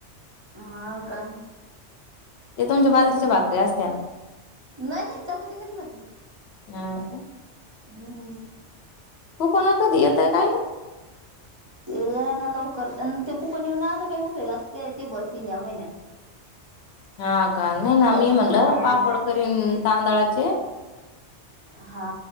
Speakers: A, on the right (about 35°); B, on the left (about 65°).
A: हा का?
B: ते तुमच्या बाजरीच्या
A: त्याच्या
B: भाकरी असत्यान.
A: नाही नाही चपाती करीन ना ते मी.
B: हा का?
A: हम.
B: कुपन कधी येतंय काय ना?
A: ते येईना लवकर. अन ते कुपन येऊन आता काही उपयोगात ते भरती नाही या महिन्यात.
B: हा का? नाही ना.
A: त्याच्यामुळे
B: मी म्हणलं
A: हा
B: पापड करीन तांदळाचे.
A: हा